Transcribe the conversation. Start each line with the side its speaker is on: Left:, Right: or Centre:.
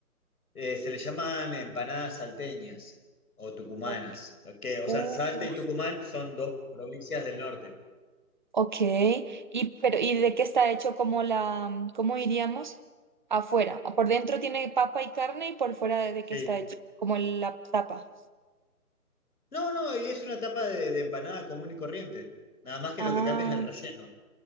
Left: eh, se le llaman empanadas salteñas o tucumanas.
Right: O-
Left: Que, o
Right: Uf,
Left: sea, Salta y Tucumán son dos provincias del norte.
Right: ok. Y, pero, ¿y de qué está hecho como la, mm, cómo diríamos? Afuera. Ah, Por dentro tiene papa y carne y por fuera de, de
Left: Sí.
Right: qué está hecho, como la tapa.
Left: No, no, y es una tapa de, de empanada común y corriente. Nada más que
Right: Ah,
Left: lo que cambia es el relleno.